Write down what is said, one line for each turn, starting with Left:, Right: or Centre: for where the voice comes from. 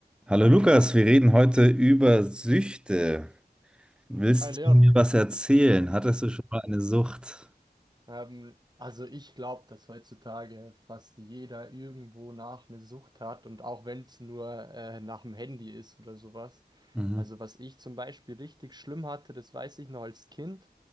Centre: Hallo Lukas, wir reden heute über Süchte. Willst
Right: Hi Leon,
Centre: du mir was erzählen? Hattest du schon mal eine Sucht?
Right: ähm, also ich glaube, dass heutzutage fast jeder irgendwo nach eine Sucht hat und auch wenn es nur äh, nach dem Handy ist oder sowas.
Centre: Mhm,
Right: Also was ich zum Beispiel richtig schlimm hatte, das weiß ich noch als Kind.